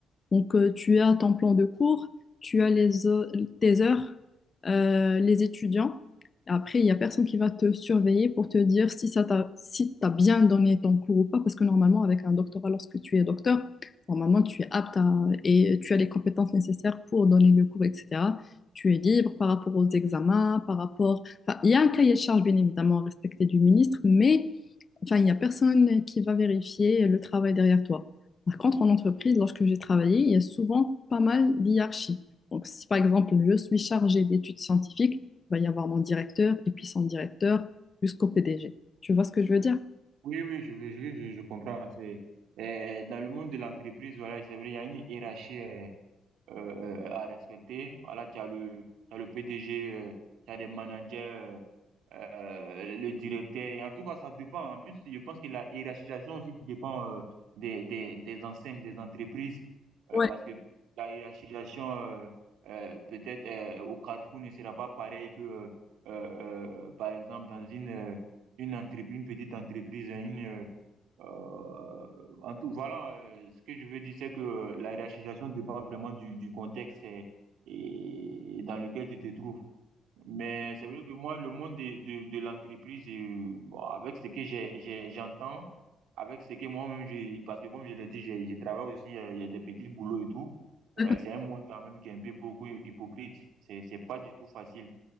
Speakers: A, on the left; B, on the right.
A: Donc, euh, tu as ton plan de cours, tu as les heu- tes heures, euh, les étudiants. Après, il n'y a personne qui va te surveiller pour te dire si ça t'a, si t'as bien donné ton cours ou pas, parce que normalement, avec un doctorat, lorsque tu es docteur, normalement, tu es apte à, et tu as les compétences nécessaires pour donner le cours, etc. Tu es libre par rapport aux examens, par rapport... Enfin, il y a un cahier de charge, bien évidemment, respecté du ministre, mais enfin, il n'y a personne qui va vérifier le travail derrière toi. Par contre, en entreprise, lorsque j'ai travaillé, il y a souvent pas mal d'hierarchies. Donc, si par exemple, je suis chargée d'études scientifiques, il va y avoir mon directeur et puis son directeur jusqu'au PDG. Tu vois ce que je veux dire?
B: Oui, oui, je, veux- je, veux- je, je comprends. C'est, euh, dans le monde de l'entreprise, voilà, c'est vrai, il y a une hiérarchie, euh, euh, euh, à respecter. Voilà, tu as le, tu as le PDG, euh, tu as des managers, euh, euh, le directeur. Et en tout cas, ça dépend. En plus, je pense que la hiérarchisation aussi dépend euh, des, des, des enseignes, des entreprises. Euh,
A: Ouais,
B: parce que la hiérarchisation, euh, euh, peut-être euh, au Carrefour, ne sera pas pareil que, euh, euh, euh, par exemple, dans une, euh, une entreprise, une petite entreprise, une, euh, euh, en tout, voilà, euh, ce que je veux dire, c'est que euh, la hiérarchisation dépend vraiment du, du contexte et, et dans lequel tu te trouves. Mais c'est vrai que moi, le monde de, de, de l'entreprise, euh, bon, avec ce que j'ai, j'ai- j'entends, avec ce que moi-même, j'ai, parce que comme je l'ai dit, j'ai, j'ai travaille aussi, euh, il y a des petits boulots et tout. Ouais,
A: d'accord.
B: c'est un monde quand même qui est un peu beaucoup hypocrite. C'est, c'est pas du tout facile.